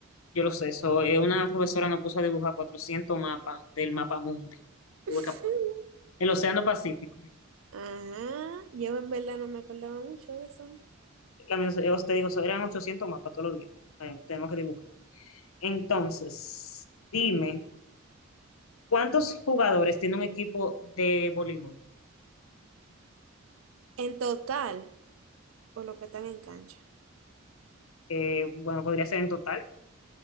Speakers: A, on the left; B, on the right.
A: Yo lo sé, eso, eh, una profesora nos puso a dibujar 400 mapas del mapa mundi. Tuve
B: <laughs>
A: que- el Océano Pacífico.
B: Ajá, yo en verdad no me acordaba mucho de eso.
A: También, eh, os te digo, eso eran 800 mapas todos los días. Eh, Tenemos que dibujar. Entonces, dime, ¿cuántos jugadores tiene un equipo de voleibol?
B: En total, o lo que están en cancha.
A: Eh, bueno, podría ser en total.